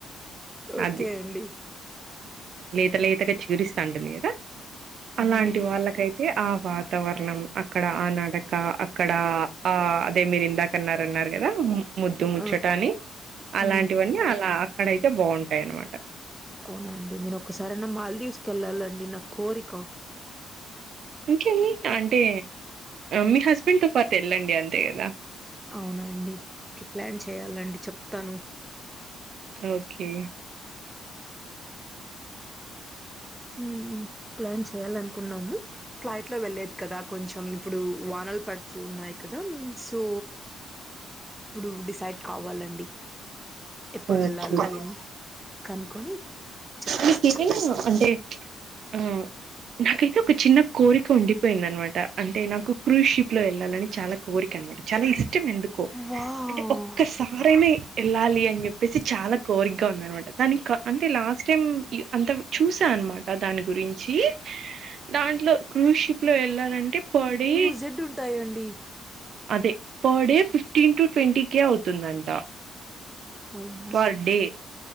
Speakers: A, in the centre; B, on the right.
A: ఓకే
B: అది
A: అండి
B: లేత లేతగ చిగురిస్తటుంది కదా
A: హ్మ్
B: అలాంటి వాళ్ళకై ఆ వాతావరణం అక్కడ ఆ నడక అక్కడ ఆ అదే మీరిందా <unintelligible> <unintelligible> కదా ముద్దు ముచ్చటని
A: ఆ
B: అలాంటివన్నీ
A: ఆ
B: అలా అక్కడైతే బాగుంటాయన్నమాట
A: అవున అండి నేను ఒకసారైన మాల్దీవ్స్ కి వెళ్ళాలండి నా కోరిక
B: ఇంకేంది అంటే మీ హస్బెండ్ తో పాటి ఎళ్ళండి అంతే కదా
A: అవునండి ఓకే ప్లాన్ చేయాలండి చెప్తను
B: ఒకే
A: <unintelligible> ప్లాన్ చేయాలి అనుకున్నాము ఫ్లైట్ లో వెళ్లేది కదా కొంచెం ఇప్పుడు వానలు పడుతూ ఉన్నాయి క సో ఇప్పుడు డిసైడ్ కావలండి ఎప్పుడు
B: ఓకే
A: వెళ్ళాలి అయ్యని కనుక్కొని చెప్పేస్తా
B: మీకు ఏమైన అంటే ఉ అయితే ఒక చిన్న కోరిక ఉండిపోయిందనమాట అంటే నాకు క్రూజ్ షిప్ లో వెళ్ళాలని చాలా కోరిక అనమాట చాల ఇష్టం ఎందుకో
A: వావ్
B: అంటే ఒక్క స <unintelligible> వెళ్ళాలి అని చెప్పేసి చాలా కోరికగా ఉందినమాట దానికి అంటే లాస్ట్ టైం అంత చూస అన్నమాట దాని గురించి దాంట్లో కృషి <unintelligible> వెళ్ళాలంటే పొడి
A: రిడ్డు ఉంటాయండి
B: అదే per day fifteen to twenty K అవుతుందంట
A: ఓయమ్మ
B: పర్
A: స్వామి
B: డే